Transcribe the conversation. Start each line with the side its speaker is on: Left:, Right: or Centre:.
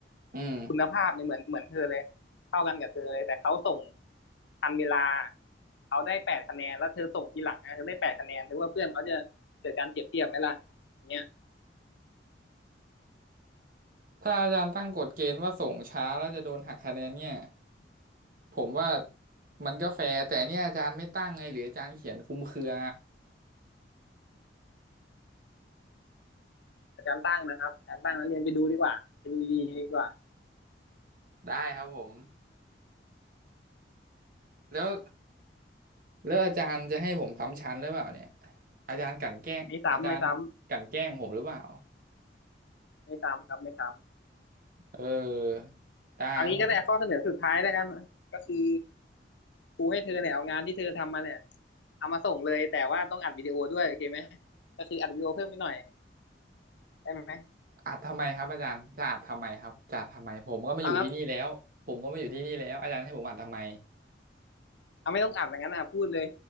Right: อืม
Left: คุณภาพเนี่ยเหมือนเหมือนเธอเลยเข้ากันกับเธอเลยแต่เขาส่งทันเวลาเขาได้แปดคะแนนแล้วเธอส่งทีหลังนะเธอได้แปดคะแนนถือว่าเพื่อนเขาจะเกิดการเปรียบเทียบไหมล่ะเ
Right: ถ้าอาจารย์ตั้งกฎเกณฑ์ว่าส่งช้าแล้วจะโดนหักคะแนนเนี่ยผมว่ามันก็แฟร์แต่เนี่ยอาจารย์ไม่ตั้งไงหรืออาจารย์เขียนคลุมเครือ
Left: อาจารย์ตั้งนะครับอาจารย์ตั้งนักเรียนไปดูดีกว่าไปดูดีดีกว่า
Right: ได้ครับผมแล้ว แล้วอาจารย์จะให้ผมซ้ำชั้นหรือเปล่าเนี่ยอาจารย์กลั่นแกล้งอาจารย์กลั่นแกล้งผมหรือเปล่า
Left: ไม่ซ้ำไม่ซ้ำไม่ซ้ำครับไม่ซ้ำ
Right: เออได้ครับผม
Left: ออนงี้ก็ได้ข้อเสนอสุดท้ายแล้วกันก็คือครูให้เธอเนี่ยเอางานที่เธอทำมาเนี่ยเอามาส่งเลยแต่ว่าต้องอัดวิดีโอด้วยโอเคไหมก็คืออัดวิดีโอเพิ่มไปหน่อยได้ไหม
Right: อัดทำไมครับอาจารย์จะอัดทำไมครับจะอัดทำไมผมก็มาอยู่ที่นี่แล้วผมก็มาอยู่ที่นี่แล้วอาจารย์ให้ผมอัดทำไม
Left: เอางั้นเอาไม่ต้องอัดอย่างนั้นนะพูดเลย